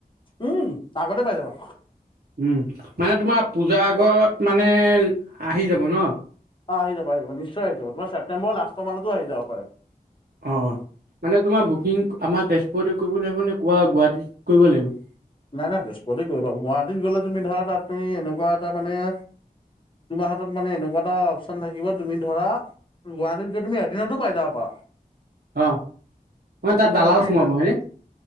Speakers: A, on the left (about 35°); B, on the right (about 80°).
A: উম আগতে পাই যাবা
B: উম, মানে তোমাৰ পূজা - আগত মানে আহি যাব ন?
A: অ, আহি যাব - আহি যাব নিশ্চয় আহি যাব তোমাৰ ছেপ্টেম্বৰ লাষ্টৰ মানতো আহি যাব পাৰে।
B: অ, মানে তোমাৰ বুক - <unintelligible> আমা তেজপুৰতে কৰিব লাগিব নে কাৱা গুৱাহাটীত কৰিব লাগিব?
A: নাই নাই তেজপুতে কৰিব ৱাটীত গ'লে তুমি ধৰা তাত তুমি এনেকুৱা এটা মানে - তোমাৰ হাতত মানে এনেকুৱা এটা অপচন থাকিব তুমি ধৰা - গুৱাহাটীত যে তুমি এদিনতো পাই যাব পা।
B: অ
A: সেইটো
B: তাত
A: মানে
B: দালাল
A: তুমি
B: সোমাব হয়নে